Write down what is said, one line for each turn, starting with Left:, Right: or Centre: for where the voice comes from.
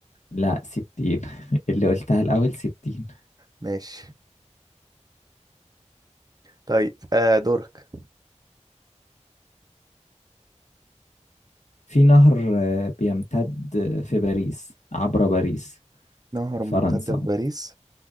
Left: لا 60 <laughs> اللي قلتها الاول 60
Right: ماشي طيب آه دورك
Left: في نهر آه، بيمتد في باريس عبر باريس
Right: نهر
Left: فرنسا
Right: ممتد في باريس